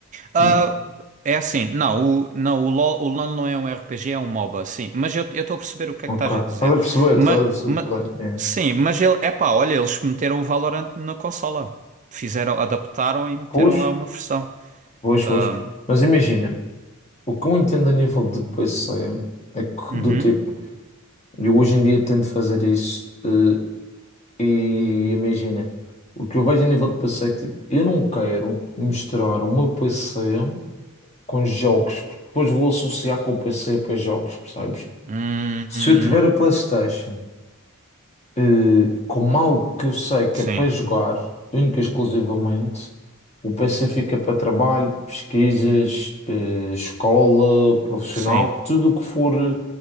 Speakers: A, on the right (about 35°); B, on the left (about 30°).
A: Ah,
B: Hum,
A: é assim, não, o, não, o LOL, o LOL não é um RPG, é um MOBA, sim. Mas eu eu estou a perceber o que
B: Ok,
A: é que estás a dizer.
B: estás a perceber,
A: Mas,
B: estás a perceber, o problema, é.
A: sim, mas ele, epá, olha, eles meteram o Valorant na consola. Fizeram, adaptaram e meteram
B: Pois,
A: lá uma versão.
B: Pois, pois.
A: Ah,
B: Mas imagina, o que eu entendo a nível de passeio é que
A: Uhum.
B: do tipo, eu hoje em dia tento fazer isso eh, e imagina, o que eu vejo a nível de passeio é que tipo, eu não quero misturar o meu passeio com jogos, porque depois vou associar com o passeio para jogos, percebes?
A: Hum,
B: Se
A: hum,
B: eu tiver a PlayStation eh, como algo que eu sei que
A: sim,
B: é para jogar, única e exclusivamente, o PC fica para trabalho, pesquisas, eh, escola, profissional,
A: sim,
B: tudo o que for,